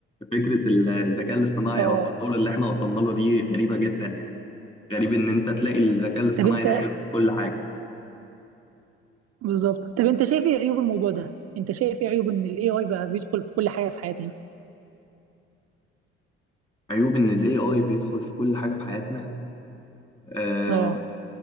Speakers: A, on the left; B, on the right.
A: فكره الذكاء الاصطناعي
B: اه
A: او التطور اللي احنا وصلنا له دي غريبه جدا يعني غريب ان انت تلاقي الذكاء الاصطناعي
B: طب انت
A: داخل في كل حاجه
B: بالظبط طب انت شايف ايه عيوب الموضوع ده انت شايف ايه عيوب ان الاي اي بقى بيدخل في كل حاجه في حياتنا
A: عيوب ان الاي اي بيدخل في كل حاجه في حياتنا آه،
B: اه